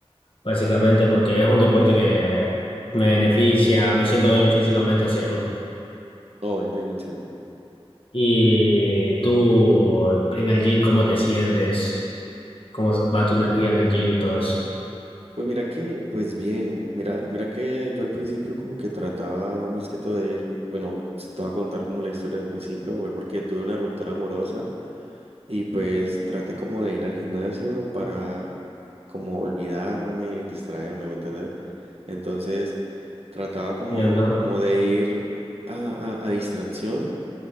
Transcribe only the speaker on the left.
básicamente porque es un deporte que me beneficia, me siento bien físicamente hacerlo.
Y tú en el gym, ¿cómo te sientes? ¿Cómo va tu energía en el gym y todo eso?
Entiendo.